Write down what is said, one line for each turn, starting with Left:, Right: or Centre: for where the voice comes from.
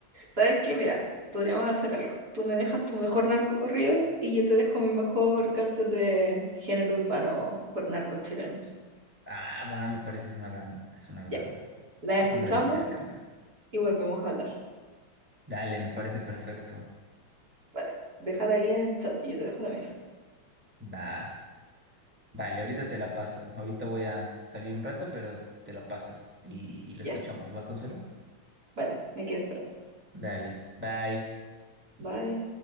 Right: ¿Sabes qué? Mira, podríamos hacer algo. Tú me dejas tu mejor narco corrido y yo te dejo mi mejor canción de género urbano con narcos chilenos.
Centre: Ah, va, me parece es una gran, es una gran,
Right: Ya, la
Centre: es
Right: escuchamos
Centre: un gran intercambio.
Right: y volvemos a hablar.
Centre: Dale, me parece perfecto.
Right: Vale, déjala ahí en el chat y yo te dejo la mía.
Centre: Va. Vale, ahorita te la paso. Ahorita voy a salir un rato, pero te la paso y, y lo
Right: Ya,
Centre: escuchamos. ¿Va, Consuelo?
Right: vale, me quedo esperando.
Centre: Dale, bye.
Right: Bye.